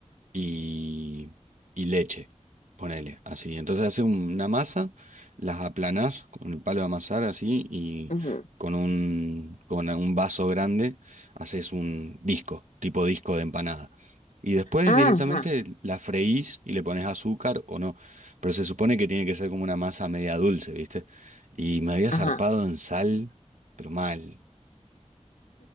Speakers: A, on the right; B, on the left.
A: y, y leche, ponele, así. Entonces haces una masa, las aplanás con el palo de amasar así y
B: ujú.
A: con un, con un vaso grande haces un disco, tipo disco de empanada. Y después
B: Ah,
A: directamente
B: ajá,
A: la freís y le pones azúcar o no. Pero se supone que tiene que ser como una masa media dulce, ¿viste? Y me había
B: ajá.
A: zarpado en sal, pero mal.